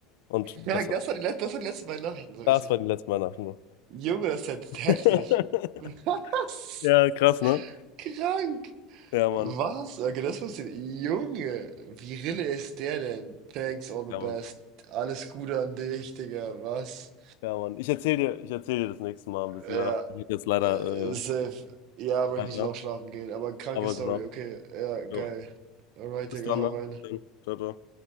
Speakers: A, on the left (about 80°); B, on the right (about 45°).
A: Und
B: Ja,
A: besser.
B: das war die, let- das waren die letzten beiden Nachrichten, so richtig.
A: Das war die letzte Weihnachten. ne?
B: Junge, das ist
A: <laughs>
B: ja heftig. <laughs> Was?
A: Ja, krass, ne?
B: Krank.
A: Ja, Mann.
B: Was? Okay, das wusste ich. Junge, wie Rille ist der denn? Thanks, all the
A: Ja,
B: best.
A: Mann.
B: Alles Gute an dich, Digga. Was?
A: Ja, Mann. Ich erzähle dir, ich erzähl dir das nächste Mal ein bisschen
B: Ja,
A: mehr davon. Ich muss jetzt leider
B: äh, safe.
A: äh,
B: Ja, aber
A: weiter.
B: ich muss jetzt auch schlafen gehen. Aber kranke
A: Aber
B: Story,
A: genau.
B: okay. Ja, geil.
A: Jo.
B: Alright,
A: Bis
B: Digga,
A: dann,
B: hau
A: ne?
B: rein.
A: Dann. Ciao, ciao.